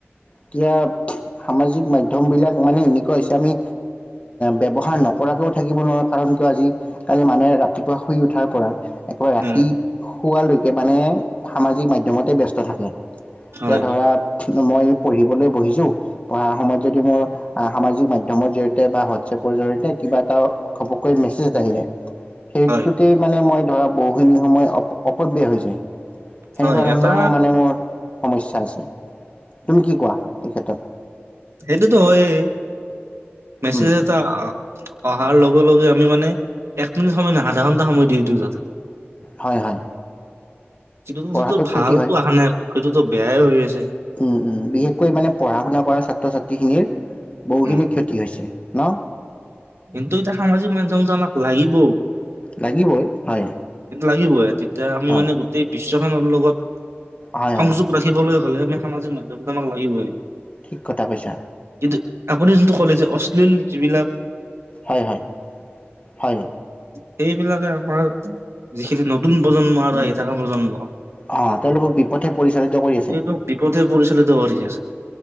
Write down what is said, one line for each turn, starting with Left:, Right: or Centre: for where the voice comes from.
Left: এতিয়া সামাজিক মাধ্যমবিলাক মানে এনেকুৱা হৈছে আমি ব্যৱহাৰ নকৰাকৈও থাকিব নোৱাৰোঁ কাৰণ কিয় আজি কালি মানুহে ৰাতিপুৱা শুই উঠাৰ পৰা একেবাৰে ৰাতি
Right: উম
Left: শুৱালৈকে মানে সামাজিক মাধ্যমতে ব্যস্ত থাকে
Right: হয়
Left: এয়া ধৰা মই পঢ়িবলৈ বহিছো পঢ়াৰ সময়ত যদি মোৰ সামাজিক মাধ্যমৰ জৰিয়ত বা হোৱাটছএপৰ জৰিয়তে কিবা এটাও ঘপককৈ মেছেজ এটা আহিলে সেইটোতেই
Right: হয়
Left: মানে মই ধৰা বহুখিনি সময় অপব্যয় হৈ যায় সেনেকুৱা
Right: হয়
Left: ধৰণৰো
Right: এটা
Left: মানে মোৰ সমস্যা আছে তুমি কি কোৱা এই ক্ষেত্ৰত
Right: সেইটোটো হয়েই মেছেজ
Left: উম,
Right: এটা অহাৰ লগে লগে আমি মানে এক মিনিট সময় নাই আধা ঘন্টা সময় দি দিওঁ যাতে
Left: হয় হয়
Right: <unintelligible>
Left: পঢ়াটো
Right: ভালটো
Left: ক্ষতি হয়
Right: অহা নাই সেইটোতো বেয়াই হৈ আছে
Left: উম উম বিশেষকৈ মানে পঢ়া শুনা কৰা ছাত্ৰ ছাত্ৰীখিনিৰ বহুখিনি
Right: উম
Left: ক্ষতি হৈছে ন
Right: কিন্তু এতিয়া সামাজিক মাধ্যমতটো আমাক লাগিব
Left: লাগিবই হয়
Right: লাগিব এ যেতিয়া আমি
Left: হয়
Right: মানে গোটেই বি বিশ্ব খনৰ লগত
Left: হয়
Right: সংযোগ
Left: হয়
Right: ৰাখিবলৈ হ'লে আমি সামাজিক মাধ্যমটো আমাক লাগিবই
Left: ঠিক কথা কৈছা
Right: কিন্তু আপুনি যোনটো ক'লে যে অশ্লীল যিবিলাক
Left: হয়, হয়। হয়।
Right: সেইবিলাকে আমাৰ যিখিনি নতুন প্ৰজন্ম আৰু আহি থকা প্ৰজন্ম
Left: অ তেওঁলোকক বিপদহে পৰিচালিত কৰি আছে
Right: এইবিলাক বিপথে পৰিচালিত কৰি আছে।